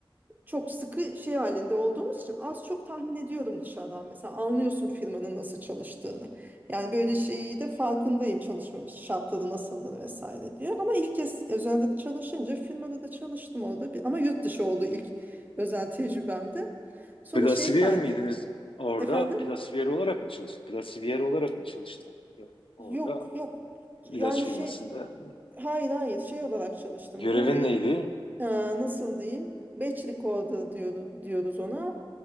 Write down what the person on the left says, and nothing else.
Plasiver
miydiniz orada?
Plasiver olarak mı çalıştın? Plasiver olarak mı çalıştın? Yok. Orada
ilaç firmasında.
Görevin
neydi?